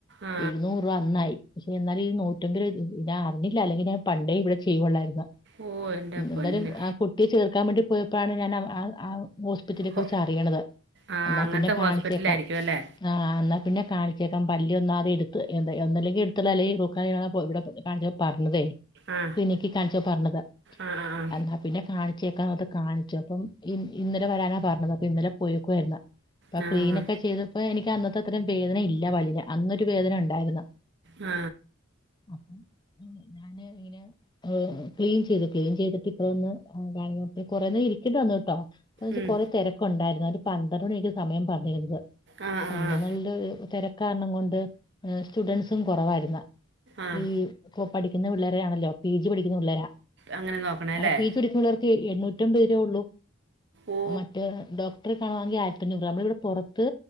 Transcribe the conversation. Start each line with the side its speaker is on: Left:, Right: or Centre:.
Right: ആ.
Left: എഴുന്നൂറ് രൂപ അന്നായി. പക്ഷെ എന്നാലെ ഈ നൂറ്റമ്പത് രൂപ അറിഞ്ഞില്ല അലെങ്കി ഞാൻ പണ്ടേ ഇവിടെ ചെയ്യൊള്ളായിരുന്ന്
Right: ഓ! എൻ്റെ പൊന്നേ.
Left: എന്താലും ആ കുട്ടിയെ ചേർക്കാൻ വേണ്ടി പോയപ്പോഴാണ് ഞാൻ ആആ ഹോസ്പിറ്റലിനെ
Right: ഹോ
Left: കുറിച്ച് അറി യണത്
Right: ആ
Left: എന്ന
Right: അങ്ങനത്തെ
Left: പിന്നെ കാണിച്ചേക്കാം
Right: ഹോസ്പിറ്റലായിരിക്കും അല്ലേ?
Left: ആഹ് എന്നാ പിന്നെ കാണി ക്കാം പല്ല് ഒന്ന് ആദ്യം എടുത്ത് എന്താ ഒന്നല്ലെങ്കി എടുത്തളയുക അല്ലെങ്കി റൂക്കനാല് ചെയ്യാ ഇവിടെ കാണിച്ചപ്പ പറഞ്ഞതേ
Right: ആ.
Left: ക്ലിനിക്കിൽ കാണിച്ചോ പറഞ്ഞത്.
Right: ആ. ആ. ആ.
Left: എന്നാ പിന്നെ കാണി ചേക്കാന്നോർത്ത് കാണിച്ച് അപ്പം ഇ ഇന്നലെ വരാനാ പറഞ്ഞത് അപ്പൊ ഇന്നലെ പോയേക്കുവായിരുന്ന് അപ്പൊ
Right: ആഹ്
Left: ക്ലീനൊക്കെ ചെയ്തപ്പോ എനിക്ക് അന്നത്തെ അത്രം വേദന ഇല്ല പല്ലിന് അന്നൊരു വേദന ഒണ്ടായിരുന്ന്
Right: ആ
Left: അപ്പം ഞാൻ ഇങ്ങനെ ക്ലീൻ ചെയ്തു ക്ലീൻ ചെയ്തിട്ട് ഇപ്പ വന്ന് <unintelligible> കൊറെന്നേരം ഇരിക്കേണ്ടി വന്നു കേട്ടോ എന്താന്ന് വെച്ചാ
Right: ഉം
Left: കൊറെ തെരക്കൊണ്ടായിരുന്നു ഒരു പന്ത്രണ്ട് മണിക്ക് സമയം പറഞ്ഞിരുന്നത്
Right: ആഹ്
Left: <unintelligible>
Right: ആഹ്
Left: തെര ക്കാരണം കൊണ്ട് സ്റ്റുഡന്റ്സും കൊറവായിരുന്ന്
Right: ആഹ്
Left: ഈ കൊ പഠി ക്കുന്ന പിള്ളേരാണല്ലോ പി ജി പഠിക്കുന്ന പിള്ളരാ.
Right: അങ്ങനെ നോക്കണല്ലേ
Left: അവ പീ ജി പഠിക്കുന്ന പിള്ളേർക്ക് എണ്ണൂറ്റമ്പത് രൂപേ ഉള്ളു.
Right: ഓ
Left: മറ്റേ ഡോക്ടറെ കാണണെങ്കി ആയിരത്തി അഞ്ഞൂറ് രൂപ നമ്മള് ഇവിട പൊറത്ത്